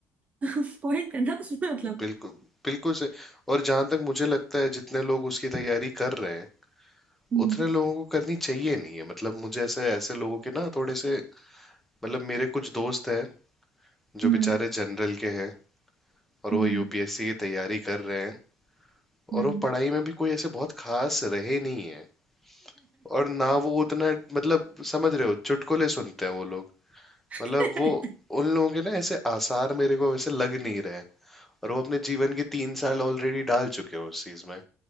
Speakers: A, on the right; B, in the centre.
A: <laughs> पॉइंट करना उसमें मतलब
B: बिल्कुल बिल्कुल सही और जहां तक मुझे लगता है जितने लोग उसकी तैयारी कर रहे हैं
A: हम्म
B: उतने लोगों को करनी चाहिए नहीं है मतलब मुझे ऐसे ऐसे लोगों के ना थोड़े से मतलब मेरे कुछ दोस्त हैं जो
A: हम्म
B: बेचारे जनरल के हैं और वो
A: हम्म
B: यूपीएससी की तैयारी कर रहे हैं और
A: हम्म
B: वो पढ़ाई में भी कोई ऐसे बहुत खास रहे नहीं है और ना वो उतना मतलब समझ रहे हो चुटकुले सुनते हैं वो लोग
A: <laughs>
B: मतलब वो उन लोगों के ना ऐसे आसार मेरे को वैसे लग नहीं रहे और वो अपने जीवन के तीन साल ऑलरेडी डाल चुके हैं उस चीज में